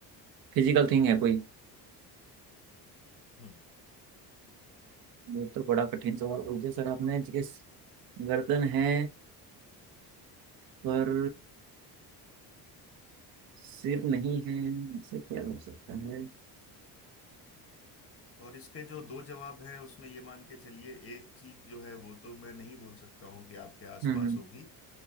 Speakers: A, on the right; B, on the left.
A: फिजिकल थिंग है कोई
B: हम्म
A: ये तो बड़ा कठिन सवाल पूछ दिया सर आपने जिस गर्दन है पर सिर नहीं है ऐसा क्या हो सकता है
B: और इसके जो दो जवाब हैं उसमें ये मान के चलिए एक चीज जो है वो तो मैं नहीं बोल सकता हूं कि आपके आसपास
A: हम्म
B: होगी